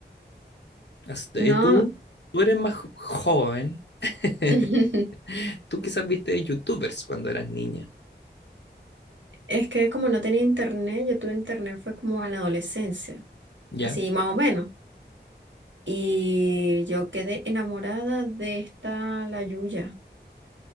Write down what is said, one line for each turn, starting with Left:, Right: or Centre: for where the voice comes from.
Left: Hasta-
Right: No,
Left: eh, tú, tú eres más jo- joven, <laughs>
Right: <laughs>
Left: tú quizás viste youtubers cuando eras niña,
Right: es que como no tenía internet, yo tuve internet fue como en la adolescencia,
Left: ¿ya?
Right: así más o menos. Y yo quedé enamorada de esta, la Yuya,